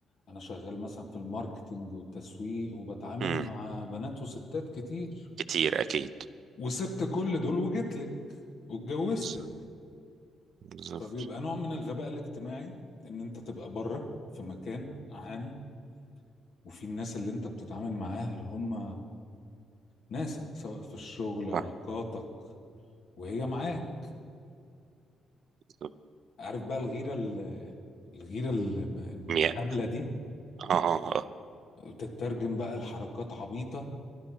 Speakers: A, on the left; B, on the right.
A: أنا شغال مثلا في الماركتينج والتسويق وبتعامل
B: امم
A: مع بنات وستات كتير
B: كتير اكيد
A: وسبت كل دول وجيت لك واتجوزت
B: بالظبط بالظبط
A: فبيبقى نوع من الغباء الاجتماعي ان انت تبقى بره في مكان عام وفي الناس اللي انت بتتعامل معاها اللي هم ناسك سواء في الشغل علاقاتك
B: صح
A: وهي معاك
B: بالظبط
A: عارف بقى الغيرة ال- الغيرة ال- الهبلة
B: مية
A: دي
B: اه آه، آه.
A: تترجم بقى لحركات عبيطة